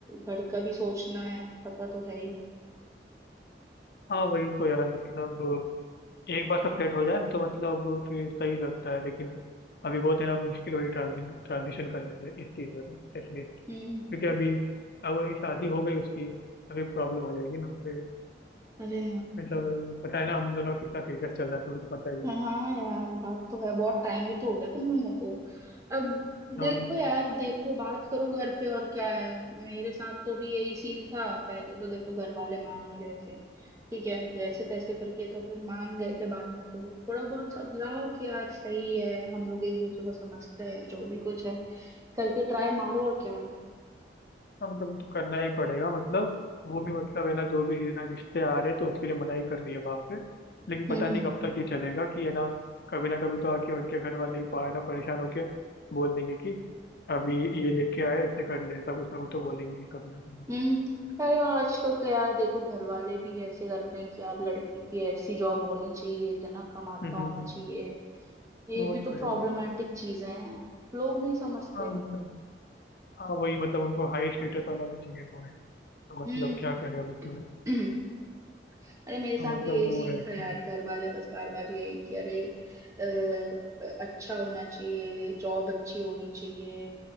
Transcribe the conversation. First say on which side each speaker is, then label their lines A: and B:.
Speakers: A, on the right (about 20°); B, on the left (about 60°).
A: घर का भी सोचना है पता तो है ही
B: हाँ वही तो यार मतलब एक बार सब सेट हो जाए तो मतलब फिर सही लगता है लेकिन अभी बहुत है ना मुश्किल हो रही ट्रांजिशन करने में इस चीज़ में तो एटलीस्ट
A: हम्म
B: क्योंकि अभी अगर शादी हो गई उसकी तो फिर प्रॉब्लम हो जाएगी ना फिर
A: अरे
B: मतलब पता है ना हम दोनों कितना सीरियस चल रहा है तुम्हें तो पता ही है
A: हाँ हाँ यार बात तो है बहुत टाइम भी तो हो गया तुम लोगों को अब
B: हाँ
A: देखो यार देखो बात करो घर पे और क्या है मेरे साथ तो भी यही सीन था पहले तो देखो घर वाले मान नहीं रहे थे ठीक है जैसे तैसे करके तो फिर मान गए थे बाद में तो थोड़ा बहुत समझाओ कि यार सही है हम लोग एक दूसरे को समझते हैं जो भी कुछ है करके ट्राई मारो और क्या है
B: हाँ, मतलब वो तो करना ही पड़ेगा मतलब वो भी मतलब है ना जो भी है ना रिश्ते आ रहे हैं तो उसके लिए मनाही कर रही है वहाँ पे लेकिन पता
A: हम्म
B: नहीं कब तक ये चलेगा कि है ना कभी ना कभी तो आके उनके घर वाले भी है ना परेशान होके बोल देंगे कि अभी ये लेके आए ऐसे कर ले ऐसा कुछ ना कुछ तो बोलेंगे ही कभी ना कभी तो
A: हम्म अरे और आजकल तो यार देखो घर वाले भी ऐसे करते हैं कि यार लड़के की ऐसी जॉब होनी चाहिए इतना कमाता
B: हम्म
A: होना चाहिए ये
B: वो
A: भी तो
B: तो
A: प्रॉब्लमेटिक
B: है
A: चीजें हैं लोग नहीं समझते
B: हाँ मतलब हाँ वही मतलब उनको हाई स्टेटस वाला भी चाहिए वो है तो मतलब
A: हम्म
B: क्या करें अब उसमें
A: <clears throat> अरे मेरे साथ
B: तो मतलब
A: भी यही
B: वो
A: सीन
B: है actually-
A: था यार घर वाले बस बार बार यही कि अरे अ, अच्छा होना चाहिए जॉब अच्छी होनी चाहिए